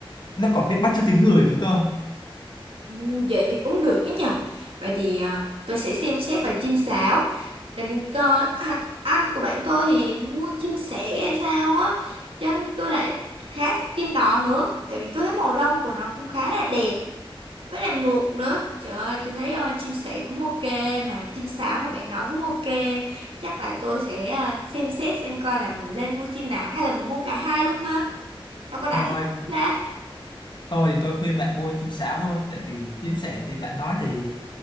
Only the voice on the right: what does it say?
ừ, vậy thì cũng được ấy nhở vậy thì à, tôi sẽ xem xét và chim sáo tại vì cơ à, anh của bạn tôi thì mua chim sẻ hay sao á cho nên tôi lại khá thích chim đỏ nữa tại vì tôi thấy màu lông của nó cũng khá là đẹp với lại mượt nữa trời ơi tôi thấy ờ, chim sẻ cũng ok mà chim sáo mà bạn nói cũng ok chắc là tôi sẽ ờ, xem xét xem coi là mình lên mua chim nào hay là mình mua cả hai luôn ha đâu có đánh
nhau ra